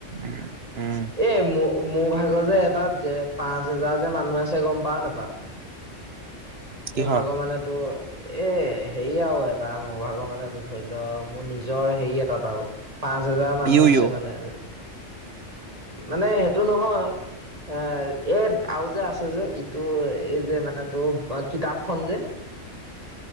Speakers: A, on the right (about 55°); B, on the right (about 30°).
A: উম, উম।
B: এই মোৰ, মোৰ ভাগৰ যে এটাত যে, পাঁচ হেজাৰ যে মানুহ আছে গম পাওঁ, নাপাওঁ।
A: কিহৰ
B: মোৰ ভাগৰ মানে তোৰ এ হেৰি আৰু এটা, মোৰ ভাগৰ মানে ধৰি লও মোৰ নিজৰ হেৰি এটাত আৰু। পাঁচ হেজাৰ মানুহ
A: ইউ
B: আছে
A: ইউ
B: মানে, মানে সেইটো নহয়। এ এই আৰু যে আছে যে, ইটো এই যে মানে তোৰ কিতাপখন যে।